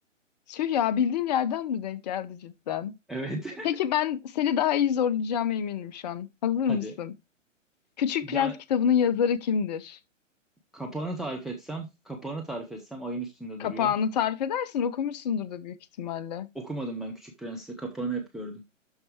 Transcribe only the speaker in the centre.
Evet.
<laughs> Hadi.
Yani
Kapağını tarif etsem, kapağını tarif etsem ayın üstünde
duruyor.
Okumadım ben Küçük Prens'i. Kapağını hep gördüm.